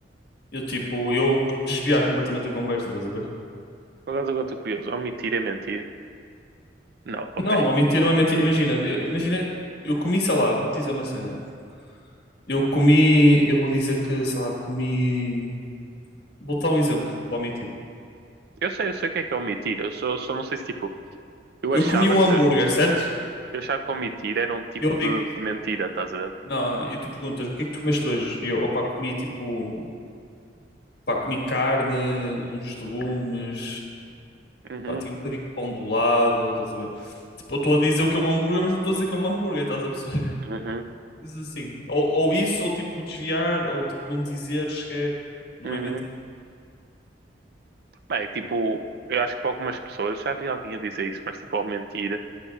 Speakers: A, on the left; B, on the right.
A: Eu tipo, eu desviar completamente a conversa, estás a ver?
B: Por acaso agora estou curioso. Omitir é mentir? Não, ok.
A: Não, omitir não é mentir. Imagina, eu- imagina, eu comi, sei lá, vou-te dizer uma cena. Eu comi, eu vou dizer que, sei lá, comi. Vou-te dar um exemplo, vou omitir.
B: Eu sei, eu sei o que é que é omitir. Eu só, só não sei se, tipo... Eu
A: Eu
B: achava
A: comi um
B: que...
A: hambúrguer, certo?
B: Eu achava que omitir era um tipo
A: E eu
B: de,
A: digo,
B: de mentira, estás a ver?
A: Não, não. E tu perguntas-me, o que é que tu comeste hoje? E eu, opá, comi tipo, pá, comi carne, uns legumes,
B: Uhum,
A: pá, tinha um bocadinho de pão do lado, estás a ver? Tipo, eu estou a dizer o que é um hambúrguer, mas não estou a dizer que é um hambúrguer, estás a perceber? <laughs>
B: uhum,
A: Mas assim, ou, ou isso, ou tipo desviar, ou tipo não dizer sequer, não
B: uhum.
A: é mentir.
B: Bem, tipo... Eu acho que para algumas pessoas, já vi alguém a dizer isso, mas tipo, ao mentir...